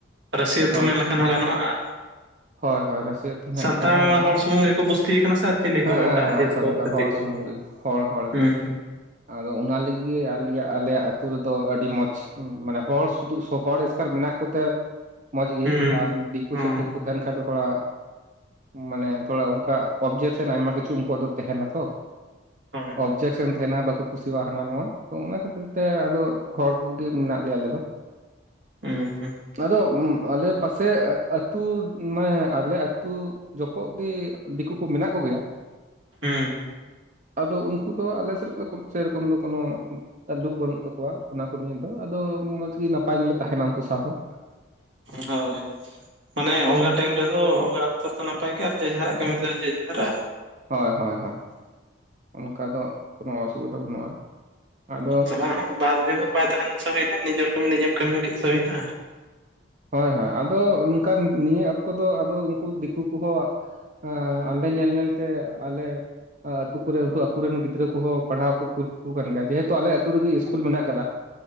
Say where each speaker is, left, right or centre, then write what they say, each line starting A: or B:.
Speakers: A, on the right; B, on the right.
A: ᱨᱟᱟᱹᱥᱤ ᱩᱛᱩᱢ
B: ᱦᱳᱭ
A: ᱢᱮᱱ ᱞᱮᱠᱷᱟᱱ ᱦᱚᱸ ᱜᱟᱱᱚᱜᱼᱟ ᱟᱨ
B: ᱦᱳᱭ ᱦᱳᱭ ᱨᱟᱹᱥᱤ ᱟᱹᱛᱩ ᱢᱮᱱ
A: ᱥᱟᱱᱛᱟᱲ
B: ᱞᱮᱠᱷᱟᱱ ᱦᱚᱸ ᱜᱟᱱᱚᱜᱼᱟ
A: ᱦᱚᱲ ᱥᱩᱢᱩᱝ ᱜᱮᱠᱚ ᱵᱩᱚᱥᱤ ᱠᱟᱱᱟ ᱥᱮ ᱟᱨ ᱪᱤᱞᱤ
B: ᱦᱮᱸ
A: ᱠᱚ ᱮᱴᱟᱜ
B: ᱦᱮᱸ
A: ᱡᱟᱹᱛ
B: ᱥᱟᱱᱛᱟᱲ
A: ᱠᱚ ᱪᱷᱟᱛᱤ
B: ᱦᱚᱲ
A: ᱠᱚ
B: ᱥᱩᱢᱩᱝ ᱜᱮ ᱦᱚᱲ ᱦᱚᱲ
A: ᱦᱩᱸ
B: ᱜᱮ ᱟᱫᱚ ᱚᱱᱟ ᱞᱟᱹᱜᱤᱫ ᱟᱞᱮ ᱟᱞᱮᱭᱟᱜ ᱟᱞᱮ ᱟᱹᱛᱩ ᱨᱮᱫᱚ ᱟᱹᱰᱤ ᱢᱚᱡᱽ ᱢᱟᱱᱮ ᱦᱚᱲ ᱥᱩᱫᱩ ᱦᱚᱲ ᱮᱥᱠᱟᱨ ᱢᱮᱱᱟᱜ ᱠᱚᱛᱮ ᱢᱚᱡᱽᱜᱤ
A: ᱦᱩᱸ
B: ᱟᱨ ᱫᱤᱠᱩ
A: ᱦᱩᱸ ᱦᱚᱸ
B: ᱪᱷᱟᱹᱛᱤᱠ ᱛᱟᱦᱮᱱ ᱠᱷᱟᱡ ᱫᱚ ᱛᱷᱚᱲᱟ ᱢᱟᱱᱮ ᱛᱷᱚᱲᱟ ᱚᱱᱠᱟ ᱚᱵᱡᱮᱠᱥᱮᱱ ᱟᱭᱢᱟ ᱠᱤᱪᱷᱩ ᱩᱱᱠᱩᱣᱟᱜ ᱫᱚ ᱛᱟᱦᱮᱱᱟ ᱛᱚ
A: ᱦᱳᱭ
B: ᱚᱵᱡᱮᱠᱥᱮᱱ ᱛᱟᱦᱮᱱᱟ ᱵᱟᱠᱚ ᱠᱩᱥᱤᱭᱟᱜᱼᱟ ᱦᱟᱱᱟ ᱱᱚᱣᱟ ᱛᱚ ᱚᱱᱟ ᱠᱷᱟᱹᱛᱤᱨ ᱛᱮ ᱟᱫᱚ ᱦᱚᱲ ᱠᱚᱜᱮ ᱢᱮᱱᱟᱜ ᱞᱮᱭᱟ ᱟᱞᱮ ᱫᱚ
A: ᱦᱩᱸ ᱦᱩᱸ
B: ᱟᱫᱚ ᱟᱞᱮ ᱯᱟᱥᱮ ᱟ ᱟᱹᱛᱩᱳ ᱢᱟᱱᱮ ᱟᱞᱮ ᱟᱹᱛᱩ ᱡᱚᱯᱚᱜ ᱜᱮ ᱫᱤᱠᱩ ᱠᱚ ᱢᱮᱱᱟᱜ ᱠᱚᱜᱮᱭᱟ
A: ᱦᱩᱸ
B: ᱟᱫᱚ ᱩᱱᱠᱩ ᱫᱚ ᱟᱞᱮ ᱥᱟᱞᱟᱜ ᱫᱚ ᱥᱮᱨᱚᱠᱚᱢ ᱫᱚ ᱠᱳᱱᱳ ᱞᱩᱠ ᱵᱟᱹᱱᱩᱜ ᱛᱟᱠᱚᱣᱟ ᱚᱱᱟ ᱠᱚ ᱱᱤᱭᱮ ᱫᱚ ᱟᱫᱚ ᱢᱚᱡᱽᱜᱮ ᱱᱟᱯᱟᱭ ᱜᱮᱞᱮ ᱛᱟᱦᱮᱱᱟ ᱩᱱᱠᱩ ᱥᱟᱶ ᱦᱚᱸ
A: ᱦ ᱦᱳᱭ ᱢᱟᱱᱮ ᱚᱞᱜᱟ ᱴᱟᱭᱤᱢ ᱨᱮᱫᱚ ᱚᱞᱜᱟ ᱚᱠᱛᱚ ᱫᱚ ᱱᱟᱯᱟᱭ ᱜᱮ ᱟᱨ ᱡᱮ ᱡᱟᱦᱟᱨᱟᱜ ᱠᱟᱹᱢᱤ ᱡᱮ ᱡᱟᱨᱟᱜ
B: ᱦᱳᱭ ᱦᱳᱭ ᱦᱚᱭ ᱚᱱᱠᱟ ᱫᱚ ᱠᱳᱱᱳ ᱚᱥᱩᱵᱤᱫᱟ ᱵᱟᱹᱱᱩᱜᱼᱟ ᱟᱫᱚ
A: ᱥᱟᱞᱟᱜ ᱵᱟᱨ ᱫᱤᱱ ᱦᱚᱸ ᱵᱟᱭ ᱛᱟᱦᱮ ᱞᱮᱱ ᱥᱮ ᱦᱩᱭᱱᱟ ᱱᱤᱡᱮᱨ ᱠᱟᱹᱢᱤ ᱱᱤᱡᱮᱢ ᱠᱟᱹᱢᱤ ᱠᱮᱫ ᱥᱮ ᱦᱩᱭᱮᱱᱟ
B: ᱦᱳᱭ ᱦᱳᱭ ᱟᱫᱚ ᱚᱱᱠᱟ ᱱᱤᱭᱟᱹ ᱚᱠᱛᱚ ᱫᱚ ᱟᱫᱚ ᱩᱱᱠᱩ ᱫᱤᱠᱩ ᱠᱚᱦᱚᱸ ᱚᱸᱰᱮ ᱧᱮᱞ ᱧᱮᱞᱛᱮ ᱟᱞᱮ ᱟᱛᱩ ᱠᱚᱨᱮ ᱩᱱᱠᱩ ᱟᱠᱩᱨᱮᱱ ᱜᱤᱫᱽᱨᱟᱹ ᱠᱚᱦᱚᱸ ᱯᱟᱲᱦᱟᱣ ᱠᱚ ᱠᱩᱞ ᱠᱟ ᱠᱚ ᱠᱟᱱ ᱜᱮᱭᱟ ᱡᱮᱦᱮᱛᱩ ᱟᱞᱮ ᱟᱛᱳ ᱨᱮᱜᱮ ᱤᱥᱠᱩᱞ ᱢᱮᱱᱟᱜ ᱟᱠᱟᱫᱟ